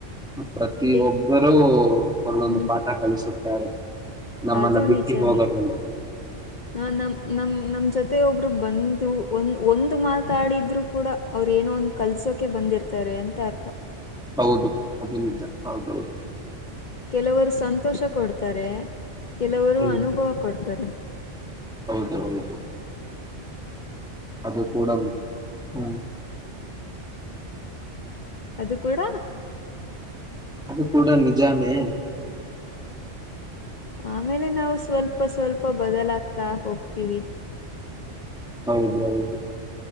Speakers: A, in the centre; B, on the left.
A: ಪ್ರತಿಯೊಬ್ಬರೂ
B: ಕೆ
A: ಒಂದೊಂದು
B: ಹ್ಮ್
A: ಪಾಠ ಕಲಿಸುತ್ತಾರೆ. ನಮ್ಮನ್ನ
B: ಅದು
A: ಬಿಟ್ಟಿ
B: ನಿಜಾನೇ
A: ಹೋದಮೇಲೆ.
B: ನ ನಮ್ ನಮ್ ನಮ್ ಜೊತೆ ಒಬ್ರು ಬಂದು. ಒಂದ್ ಒಂದು ಮಾತಾಡಿದ್ರು ಕೂಡ ಅವ್ರು ಏನೋ ಒಂದ್ ಕಲ್ಸೋಕೆ ಬಂದಿರ್ತಾರೆ ಅಂತ ಅರ್ಥ.
A: ಹೌದು ಅದು ನಿಜ. ಹೌದೌದು
B: ಕೆಲವರು ಸಂತೋಷ <unintelligible> ಡ್ತಾರೆ ಕೆಲವರು
A: ಹ್ಮ್
B: ಅನುಭವ ಕೊಡ್ತರೆ.
A: <unintelligible> ಅದು ಕೂಡ <unintelligible>
B: ಅದು ಕೂಡ.
A: ಅದು ಕೂಡ ನಿಜಾನೇ.
B: ಆಮೇಲೆ ನಾವು ಸ್ವಲ್ಪ ಸ್ವಲ್ಪ ಬದಲಾಗ್ತಾ ಹೋಗ್ತಿವಿ.
A: ಹೌದು ಹೌದು